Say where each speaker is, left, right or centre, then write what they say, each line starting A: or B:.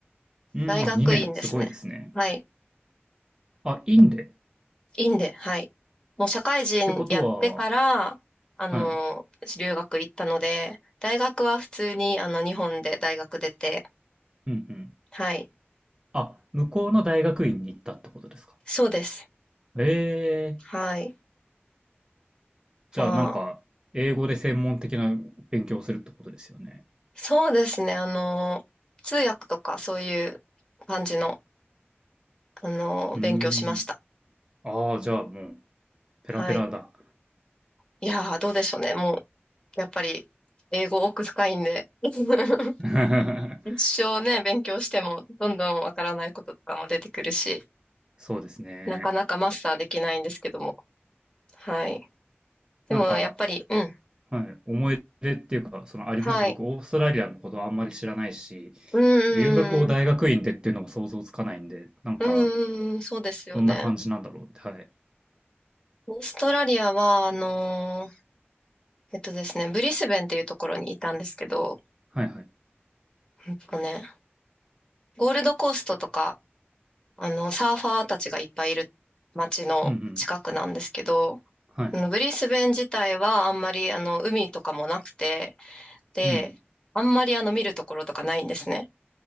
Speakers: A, on the right (about 20°); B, on the left (about 20°).
A: うん、
B: 大学院ですね。
A: あ、2年、すごいですね。
B: はい、
A: あ、インデっ
B: 院で、はい。もう社会人やってから、
A: てことは、
B: あの、
A: はい。
B: 留学行ったので、大学は普通に、あの、日本で大学出て、
A: うんうん。
B: はい、
A: あ、向こうの大学院に行ったってことですか。
B: そうです。
A: ええ
B: はい。
A: じゃあなんか、
B: まあ、
A: 英語で専門的な勉強をするってことですよね。
B: そうですね、あの、通訳とかそういう感じの、あの、
A: うーん。
B: 勉強しました。
A: ああ、じゃあもう、ペラペラだ。
B: はい。いやー、どうでしょうね。もう、やっぱり、英語奥深いんで。<laughs>
A: <laughs>
B: 一生ね、勉強しても、どんどんわからないこととかも出てくるし、
A: そうですね。
B: なかなかマスターできないんですけども。はい。でも、
A: なんか、
B: やっぱり、うん。
A: はい、思い出っていうか、そのあります。
B: はい。
A: 僕、オーストラリアのことあんまり知らないし、
B: うん、
A: 留学を大学院でっていうのも想像つかないんで、
B: うん、
A: なんか、
B: うん、うん、そうですよね。
A: どんな感じなんだろうって。はい。
B: オーストラリアは、あのーえっとですね、ブリスベンっていうところにいたんですけど、
A: はいはい。
B: えっとね、ゴールドコーストとか、あの、サーファーたちがいっぱいいる街の近くなんですけど、
A: うんうん。はい。
B: あのブリスベン自体はあんまりあの海とかもなくて、で、
A: うんうん。
B: あんまりあの見るところとかないんですね。